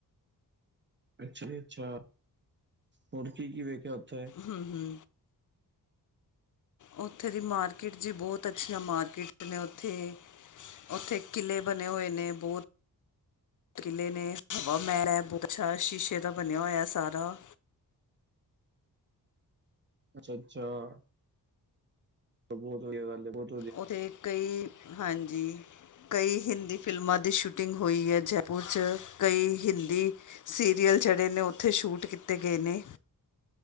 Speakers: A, on the right; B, on the left.
A: ਅੱਛਾ ਜੀ ਅੱਛਾ। ਹੋਰ ਕੀ-ਕੀ ਵੇਖਿਆ ਓਥੇ?
B: ਹਮ-ਹਮ। ਓਥੇ ਦੀ ਮਾਰਕੀਟ ਚ ਬੋਤ ਅੱਛੀਆਂ ਮਾਰਕੀਟ ਨੇ ਓਥੇ। ਓਥੇ ਕਿਲ੍ਹੇ ਬਣੇ ਹੋਏ ਨੇ ਬੋਤ ਕਿਲ੍ਹੇ ਨੇ ਹਵਾ ਮੈਲ ਐ ਬੋਤ ਛਾ ਸ਼ੀਸ਼ੇ ਦਾ ਬਣਿਆ ਹੋਇਆ ਸਾਰਾ।
A: ਅੱਛਾ-ਅੱਛਾ। ਬੋਤ ਵਧੀਆ ਗੱਲ ਏ ਬੋਤ
B: ਉੱਥੇ ਕਈ ਹਾਂਜੀ ਕਈ ਹਿੰਦੀ ਫਿਲਮਾਂ ਦੀ ਸ਼ੂਟਿੰਗ ਹੋਈ ਐ। ਜੈਪੁਰ ਚ ਕਈ ਹਿੰਦੀ ਸੀਰੀਅਲ ਜੇੜੇ ਨੇ ਉੱਥੇ ਸ਼ੂਟ ਕੀਤੇ ਗਏ ਨੇ।